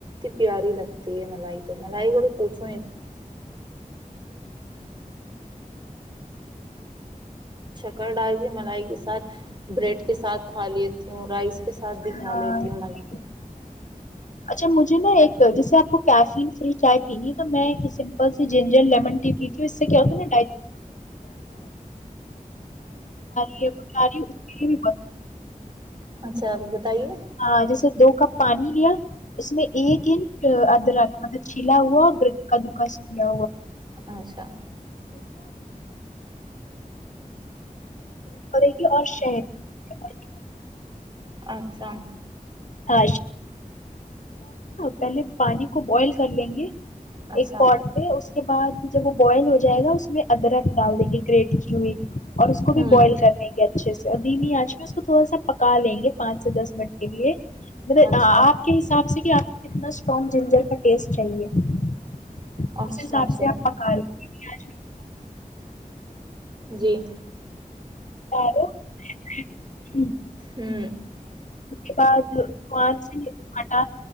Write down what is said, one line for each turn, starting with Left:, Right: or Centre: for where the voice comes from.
Right: یہ بھی مت پوچھو کہ کریمی کریم کتنی پیاری لگتی ہے <unintelligible> جو میرے پاس کریمی دال ٹوسٹ کے ساتھ ہے <unintelligible>
Left: ہاں
Right: کھا لیتی
Left: ٹھیک
Right: ہوں ملائی
Left: ہے میں نہیں کرتا جیسے اگر آپ کیفین فری چائے پینا چاہتے ہیں تو سادہ زنجیر چائے اس سے ہاضمہ بھی اچھی ہے
Right: اچھا بتائیے
Left: آج سے میں نے دو کپ پانی لیا جن میں سے ایک جس میں ادرک ملایا گیا اور پھر اس میں
Right: اچھا
Left: <unintelligible> اور صحت ب
Right: اچھا
Left: ہاں پانی ابالنے کے بعد میں
Right: اچھا
Left: ایک کروں گا۔ اس کے بعد جب وہ ابلے اگر اس ادرک کو اچھی طرح ابال
Right: ہوں
Left: لیا جائے سے سے منٹ تک پکنے دیں آپ
Right: اچھا
Left: کے مطابق کیا اتنا سٹرانگ جنجر کا ٹیسٹ چاہیے <inaudible>
Right: اچھا
Left: اس حساب
Right: اچھا
Left: سے اپ پکا لیں گے
Right: جی
Left: <inaudible>
Right: <inaudible>
Left: اس کے بعد قران سے ہٹا